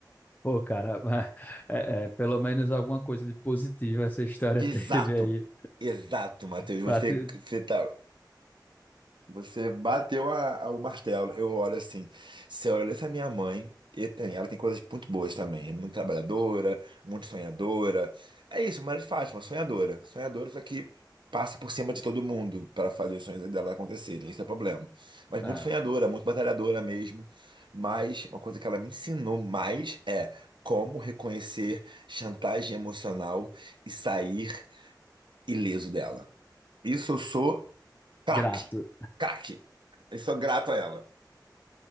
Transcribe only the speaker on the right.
Exato.
Exato, Matheus. Você,
você tá. Você bateu a, a- o martelo. Eu olho assim, se eu olho essa minha mãe, e tem, ela tem coisas muito boas também. É muito trabalhadora, muito sonhadora. É isso, Maria de Fátima, sonhadora. Sonhadora, só que passa por cima de todo mundo para fazer os sonhos dela acontecerem. Esse é o problema. Mas
muito sonhadora, muito batalhadora mesmo. Mas uma coisa que ela me ensinou mais é como reconhecer chantagem emocional e sair ileso dela. Isso eu sou. Craque,
craque. Eu sou grato a ela.